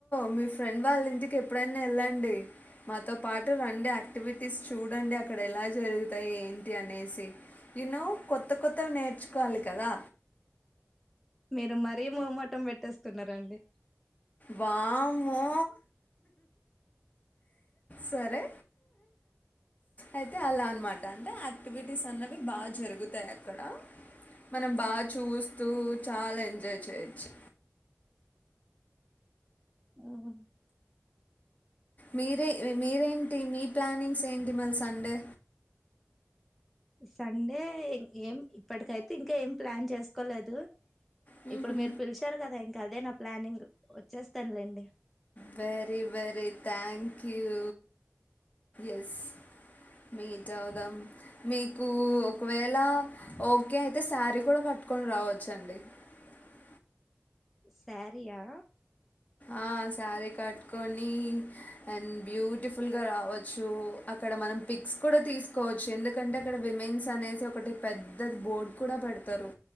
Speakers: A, on the left; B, in the centre.
A: మీ ఫ్రెండ్ వాళ్ళింటికి ఎప్పుడైనా ఎళ్ళండి. మాతో పాటు రండి యాక్టివిటీస్ చూడండి అక్కడ ఎలా జరుగుతాయి ఏం టి అనేసి యూ నో కొత్త కొత్తవి నేర్చుకోవాలి కదా
B: మీరు మరీ మొహమాటం పెట్టేస్తున్నరండి.
A: వామ్మో సరే అయితే అలా అన్మా ట అంటే యాక్టివిటీస్ అన్నవి బాగా జరుగుతాయి అక్కడ మనం బా చూస్తూ చాలా ఎంజాయ్ చేయచ్చు.
B: ఆమన్
A: మీరే మీరేంటి మీ ప్లానింగ్స్ ఏంటి మల్ సండే
B: సండే ఏం ఇప్పట్కైతే ఇంకా ఏం ప్లాన్ చేస్కోలేదు.
A: హుహు.
B: ఇప్పుడు మీరు పిలిచార్ కదా ఇంకా అదే నా ప్లానింగ్ వచ్చేస్తాన్లేండి.
A: Very very thank you yes meet అవుదాం మీకు ఒకవేళ ఓకే అయితే సారీ కూడా కట్టుకొన్ రావచ్చండి. <unintelligible>
B: సారీయా
A: ఆ సారీ కట్టుకొని అండ్ బ్యూటిఫుల్గా రావ చూ అక్కడ మనం పిక్స్ కూడా తీస్కోవచ్చు. ఎందుకంటే అక్కడ విమెన్స్ అనేసి ఒకటి పెద్ద బోర్డ్ కూడా పెడ్తరు